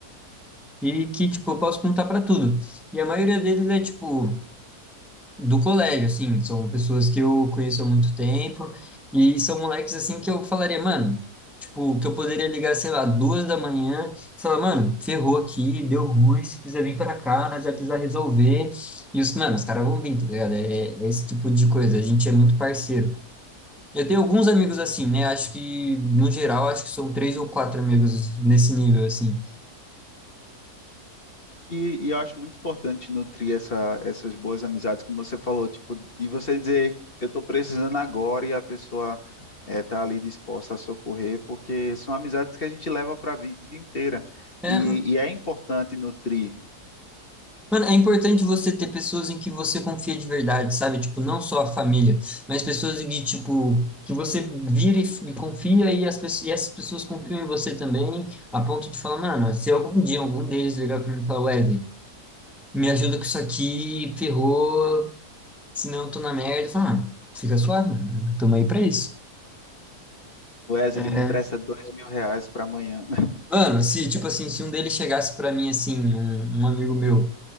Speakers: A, in the centre; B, on the left.
A: e que, tipo, eu posso contar pra tudo. E a maioria deles é, tipo, do colégio, assim, são pessoas que eu conheço há muito tempo e são moleques, assim, que eu falaria, mano, tipo, que eu poderia ligar, sei lá, duas da manhã e falar, mano, ferrou aqui, deu ruim, você precisa vir pra cá, nós vai precisar resolver. E os, mano, os caras vão vir, tá ligado? É, é esse tipo de coisa, a gente é muito parceiro. Eu tenho alguns amigos assim, né? Acho que, no geral, acho que são três ou quatro amigos nesse nível, assim.
B: E, e eu acho muito importante nutrir essa, essas boas amizades, como você falou, tipo, e você dizer, eu estou precisando agora e a pessoa está ali disposta a socorrer, porque são amizades que a gente leva para a vida inteira.
A: É,
B: E, e é importante nutrir.
A: Mano, é importante você ter pessoas em que você confia de verdade, sabe? Tipo, não só a família, mas pessoas em que, tipo, que você vira e, e confia e, as, pe- e essas pessoas confiam em você também, a ponto de falar, mano, se algum dia algum deles ligar pra mim e falar, Wesley, me ajuda com isso aqui, ferrou, senão eu tô na merda, fala, mano, fica suave, mano, tamo aí pra isso.
B: Wesley,
A: É.
B: me empresta dois mil reais para amanhã.
A: Mano, se, tipo assim, se um deles chegasse pra mim, assim, um, um amigo meu,